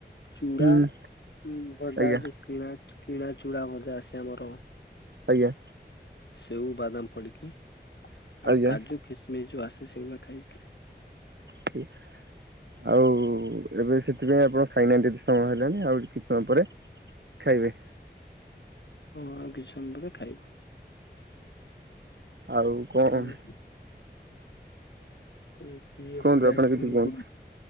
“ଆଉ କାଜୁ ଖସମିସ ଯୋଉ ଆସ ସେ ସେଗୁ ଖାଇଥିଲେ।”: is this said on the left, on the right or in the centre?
Left